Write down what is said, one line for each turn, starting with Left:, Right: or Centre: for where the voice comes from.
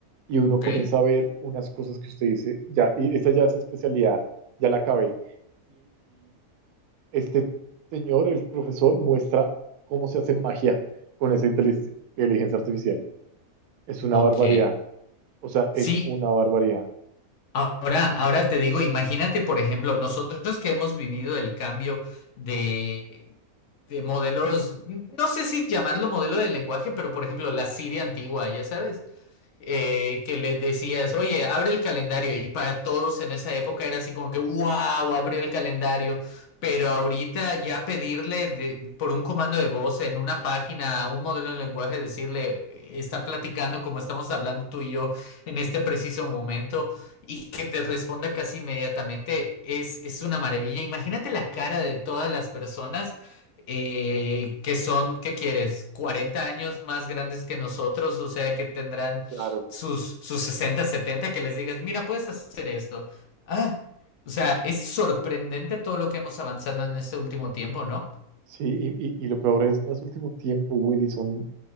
Right: y uno
Left: Ok,
Right: comienza a ver unas cosas que usted dice, ya, y esa ya es especialidad, ya la acabé. Este señor, el profesor, muestra cómo se hace magia con esa inteligencia inteligencia artificial. Es una
Left: ok.
Right: barbaridad. O sea,
Left: Sí,
Right: es una barbaridad.
Left: ahora, ahora te digo, imagínate, por ejemplo, nosotros que hemos vivido el cambio de, de modelos, no sé si llamarlo modelo de lenguaje, pero por ejemplo, la Siria antigua, ya sabes eh, que les decías, oye, abre el calendario. Y para todos en esa época era así como que, wow, abrió el calendario. Pero ahorita ya pedirle de- por un comando de voz en una página, un modelo de lenguaje, decirle, eh, está platicando como estamos hablando tú y yo en este preciso momento y que te responda casi inmediatamente, es, es una maravilla. Imagínate la cara de todas las personas eh, que son, ¿qué quieres? 40 años más grandes que nosotros, o sea, que tendrán
Right: Claro.
Left: sus, sus 60 setenta que les digas, mira, puedes hacer esto. Ah, o sea, es sorprendente todo lo que hemos avanzado en este último tiempo, ¿no?
Right: Sí, y, y- y lo peor es, no es último tiempo, Willy, son